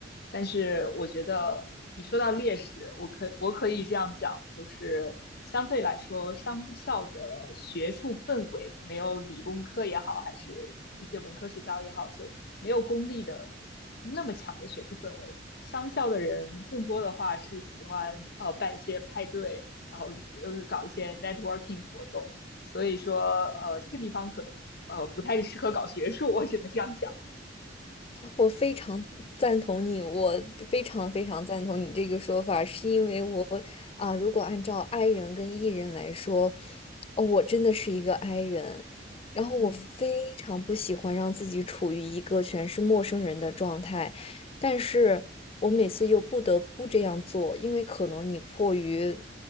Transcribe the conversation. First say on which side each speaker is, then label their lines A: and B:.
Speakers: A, on the left (about 60°); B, on the left (about 30°).
A: 但是我觉得你说到劣势，我可我可以这样讲，就是相对来说，商校的学术氛围没有理工科也好，还是一些文科学校也好，就没有公立的那么强的学术氛围。商校的人更多的话是喜欢呃办一些派对，然后呃搞一些 networking 活动，所以说呃这个地方可能呃不太适合搞学术，我只能这样讲。
B: 我非常赞同你，我非常非常赞同你这个说法，是因为我啊、
A: 嗯
B: 如果按照 I 人跟 E 人来说，哦，我真的是一个 I 人，然后我非常不喜欢让自己处于一个全是陌生人的状态，
A: 嗯
B: 但是我每次又不得不这样做，因为可能你迫于